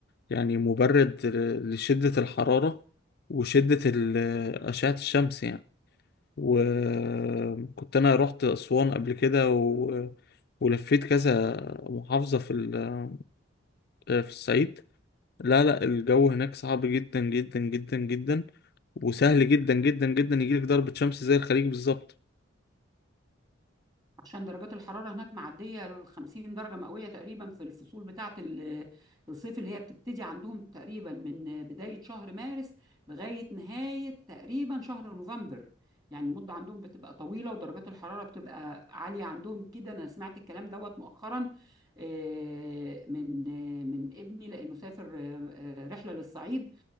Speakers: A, on the left; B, on the right.
A: يعني مبرد ل- لشده الحراره وشده ال- اشعه الشمس يعني وكنت انا رحت اسوان قبل كده و... ولفيت كذا محافظة في ال... آه، في الصعيد لا لا الجو هناك صعب جدا جدا جدا جدا وسهل جدا جدا جدا يجيلك ضربة شمس زي الخليج بالظبط
B: عشان درجات الحرارة هناك معدية ال 50 درجة مئوية تقريبا في الفصول بتاعة ال- الصيف اللي هي بتبتدي عندهم تقريبا من بداية شهر مارس لغاية نهاية تقريبا شهر نوفمبر يعني المدة عندهم بتبقى طويلة ودرجات الحرارة بتبقى عالية عندهم جدا أنا سمعت الكلام دوت مؤخرا آه، من آه، من ابني لأنه سافر آه، آه، رحلة للصعيد